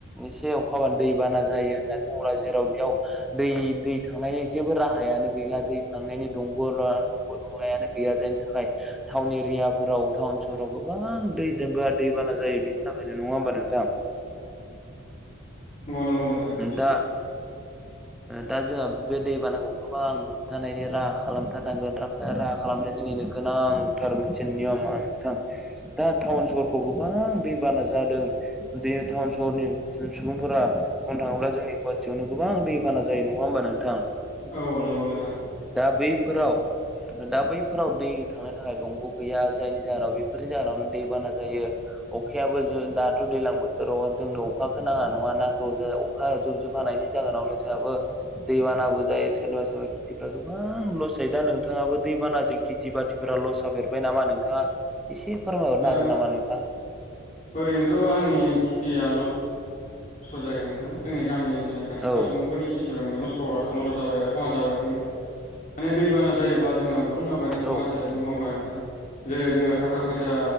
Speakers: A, in the centre; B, on the left.
A: एसे अखाबानो दै बाना जों जायो होननानै बुङोब्ला जेराव बेयाव दै दै थांनायनि जेबो राहायानो गैला दै थांनायनि दंग' दंगल नंलायानो गैया जायनि थाखाय टाउन एरियाफोराव टाउन सहराव गोबां दैजोंबो दैबाना जायो बेनि थाखायनो नङा होमबा नोंथां
B: औ औ नंगौ नोंथां सैथो
A: दा दा जोंहा बे दैबानाखौ गोबां होबथानायनि राहा खालामथारनांगोन राहा राहा खालामनाया जोंनिनो गोनांथार मोनसे नियम आरो नोंथां दा टाउन सहरफ्राव गोबां दैबाना जादों दै टाउन सहरनि सुबुंफोरा बुंनो थाङोब्ला जोंनि गुवाहाटियावनो गोबां दै दैबाना जायो नङा होमबा नोंथां
B: औ नंगौ नोंथां
A: दा बैफोराव दा बैफोराव दै थांनो थाखाय दंग' गैया जायनि जाहोनाव बेफोरनि जाहोनावनो दैबाना जायो अखायाबो ज दाथ' दैज्लां बोथोराव जोंनो अखाखौ नाङा नङा नांगौ ज जुब जुब हानायनि जाहोनावनो जोंहाबो दैबानाबो जायो सोरनिबा सोरबा खेथिफ्रा गोबां लस जायो दा नोंथाङाबो दैबानाजों खेथि खेथि बाथिफोरा लस जाफेरबाय नामा नोंथाङा एसे फोरमायहरनो
B: दा
A: हागोन नामा नोंथाङा
B: ओरैनोथ' आंनि खेथियाल' नस्थ' जायाखै नोंथां जोंनि गामि ओनसोलनि खाथि
A: औ
B: खाला सुबुंफोरनि जा माने नस्थ' जाबाय आरो खहा जाबाय आरो माने दैबाना जायोब्ला जोंहा गोबां आबादनि खहा
A: औ
B: जायो
A: नोंथां
B: नङा होमबा नोंथां जेरै जोङो थाखा फैसा